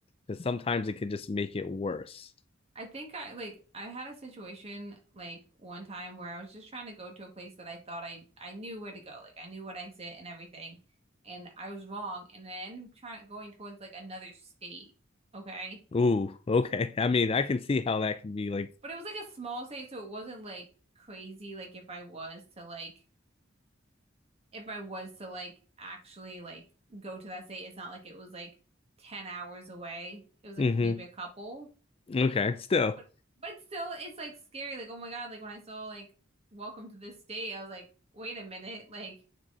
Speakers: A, on the left; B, on the right.
A: because sometimes it could just make it worse.
B: I think I like I had a situation like one time where I was just trying to go to a place that I thought I I knew where to go. Like I knew what exit and everything, and I was wrong, and then trying going towards like another state. Okay.
A: Ooh, okay. <laughs> I mean, I can see how that can be like
B: But it was like a small state, so it wasn't like crazy. Like if I was to like, if I was to like actually like go to that state, it's not like it was like 10 hours away. It was like
A: mm-hmm.
B: maybe a couple,
A: Okay, still.
B: but but still, it's like scary. Like, oh my God, like when I saw like Welcome to this state, I was like, wait a minute, like